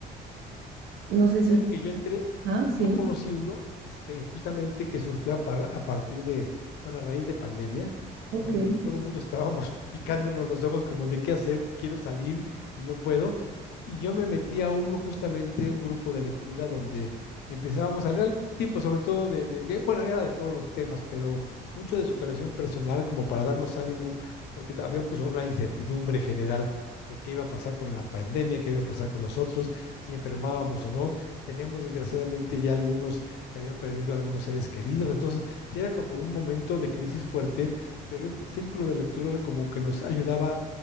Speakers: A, on the right; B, on the left.
A: No sé
B: Fíjate
A: si...
B: que yo entré,
A: Ah, sí,
B: yo conocí uno, este, justamente que surgió a, par- a partir de, bueno, a raíz de pandemia,
A: ok.
B: donde pues todo el mundo estábamos <laughs> picándonos los ojos como de qué hacer, quiero salir y no puedo. Y yo me metí a uno, justamente un grupo de lectura donde empezábamos a leer algún tipo, sobre todo de, de, de- bueno, era de todos los temas, pero mucho de superación personal como para darnos ánimo, porque había pues una incertidumbre general de qué iba a pasar con la pandemia, qué iba a pasar con nosotros, si enfermábamos o no Teníamos desgraciadamente ya algunos que habían perdido a algunos seres queridos. Entonces, sí era como un momento de crisis fuerte, pero este círculo de lectura era como que nos ayudaba